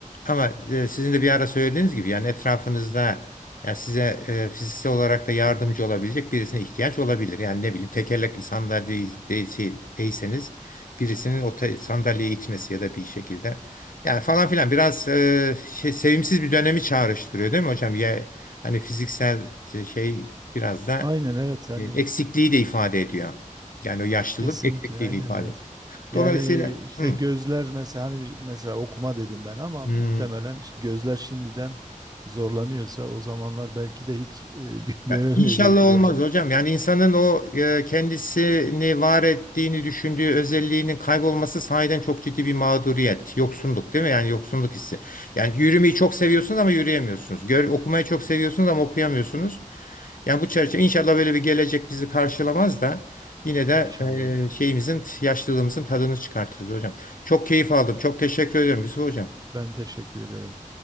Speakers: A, on the left; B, on the right.
A: Ama e, sizin de bir ara söylediğiniz gibi yani etrafınızda yani size e, fiziksel olarak da yardımcı olabilecek birisine ihtiyaç olabilir. Yani ne bileyim tekerlekli sandalye değilseniz birisinin o te- sandalyeyi itmesi ya da bir şekilde. Yani falan filan biraz e, şey, sevimsiz bir dönemi çağrıştırıyor değil mi hocam? Ya, hani fiziksel e, şey biraz da
B: Aynen evet hani
A: e, eksikliği de ifade ediyor. Yani o yaşlılık
B: kesinlikle
A: eksikliği
B: aynen
A: de ifade
B: evet.
A: ediyor.
B: Yani
A: Dolayısıyla
B: işte
A: hı,
B: gözler mesela hani bir- mesela okuma dedim ben ama
A: hı.
B: muhtemelen işte gözler şimdiden zorlanıyorsa o zamanlar belki de hiç e, <laughs> gö- göremeyecektir
A: Ya İnşallah olmaz
B: yani.
A: hocam. Yani insanın o e, kendisini var ettiğini düşündüğü özelliğinin kaybolması sahiden çok ciddi bir mağduriyet, yoksunluk değil mi? Yani yoksunluk hissi. Yani yürümeyi çok seviyorsunuz ama yürüyemiyorsunuz. Gör, okumayı çok seviyorsunuz ama okuyamıyorsunuz. Yani bu çerçeve inşallah böyle bir gelecek bizi karşılamaz da yine de
B: İnşallah.
A: e, şeyimizin yaşlılığımızın tadını çıkartırız hocam. Çok keyif aldım. Çok teşekkür ediyorum Yusuf hocam.
B: Ben teşekkür ederim.